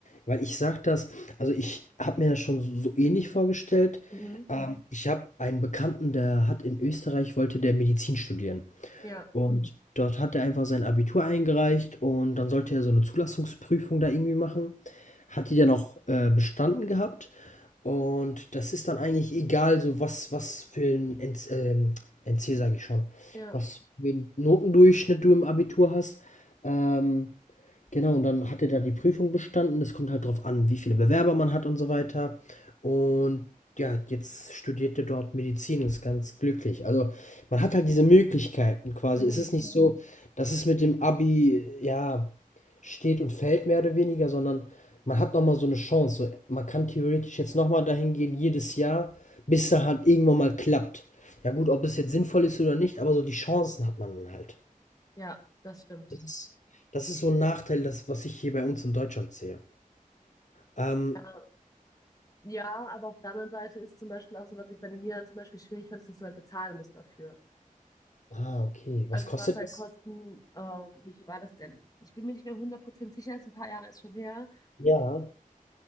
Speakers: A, on the left; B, on the left.
A: Weil ich sage das, also ich habe mir das schon so so ähnlich vorgestellt.
B: Mhm.
A: Mhm. Ähm, ich habe einen Bekannten, der hat in Österreich, wollte der Medizin studieren.
B: Ja,
A: Und dort hat er einfach sein Abitur eingereicht und dann sollte er so eine Zulassungsprüfung da irgendwie machen. Hat die dann auch äh, bestanden gehabt. Und das ist dann eigentlich egal, so was, was für ein NC, ähm, NC sage ich schon,
B: ja,
A: was für einen Notendurchschnitt du im Abitur hast. Ähm, Genau, und dann hat er da die Prüfung bestanden. Es kommt halt drauf an, wie viele Bewerber man hat und so weiter. Und ja, jetzt studiert er dort Medizin, und ist ganz glücklich. Also man hat halt diese Möglichkeiten quasi.
B: mhm.
A: Es ist nicht so, dass es mit dem Abi, äh, ja, steht und fällt mehr oder weniger, sondern man hat nochmal so eine Chance. So, man kann theoretisch jetzt nochmal dahin gehen, jedes Jahr, bis da halt irgendwann mal klappt. Ja gut, ob es jetzt sinnvoll ist oder nicht, aber so die Chancen hat man halt.
B: Ja, das stimmt.
A: Das ist das ist so ein Nachteil, das was ich hier bei uns in Deutschland sehe. Ähm,
B: Ja. Ja, aber auf der anderen Seite ist zum Beispiel auch so, was ich bei den Niederlanden zum Beispiel schwierig fand, ist, dass du halt bezahlen musst dafür.
A: ah, okay.
B: Also
A: Was kostet
B: du hast halt
A: das?
B: Kosten, ähm, wie viel war das denn? Ich bin mir nicht mehr 100% sicher, ist ein paar Jahre ist schon her.
A: Ja,